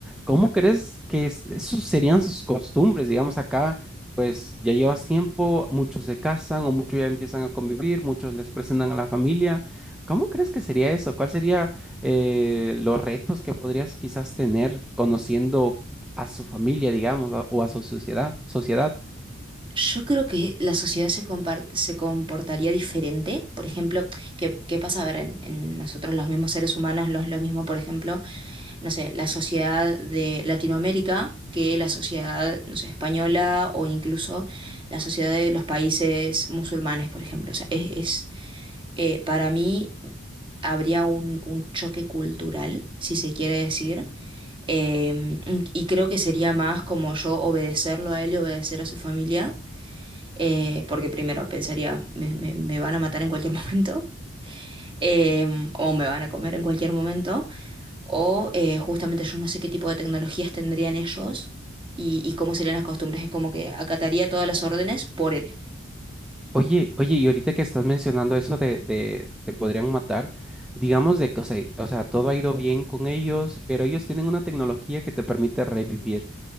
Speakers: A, in the centre; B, on the right (about 25°).
A: ¿Cómo crees que es- esos serían sus costumbres? Digamos, acá, pues ya llevas tiempo, muchos se casan o muchos ya empiezan a convivir, muchos les presentan a la familia. ¿Cómo crees que sería eso? ¿Cuál sería eh, los retos que podrías quizás tener conociendo? a su familia, digamos, a- o a su sociedad, sociedad.
B: Yo creo que la sociedad se, compar- se comportaría diferente. Por ejemplo, ¿qué, qué pasa? A ver, en, en nosotros los mismos seres humanos, los, lo mismo, por ejemplo, no sé, la sociedad de Latinoamérica que la sociedad, no sé, española o incluso la sociedad de los países musulmanes, por ejemplo. O sea, es, es, eh, para mí habría un, un choque cultural, si se quiere decir. Eh, y creo que sería más como yo obedecerlo a él y obedecer a su familia eh, porque primero pensaría, me, me- me van a matar en cualquier <laughs> momento, em, o me van a comer en cualquier momento, o eh, justamente yo no sé qué tipo de tecnologías tendrían ellos y, y cómo serían las costumbres, es como que acataría todas las órdenes por él.
A: Oye, oye, y ahorita que estás mencionando eso de, de te podrían matar, digamos de que, o sea, o sea, todo ha ido bien con ellos, pero ellos tienen una tecnología que te permite revivir.